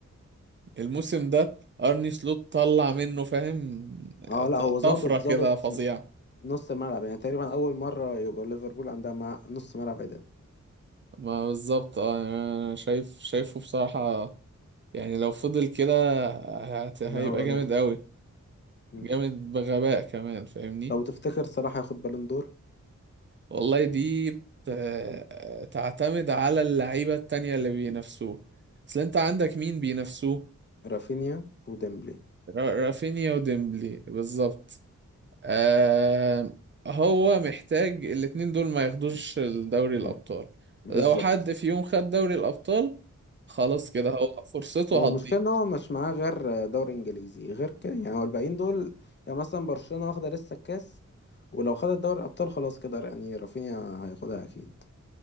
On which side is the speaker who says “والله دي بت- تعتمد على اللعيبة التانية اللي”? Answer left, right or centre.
Right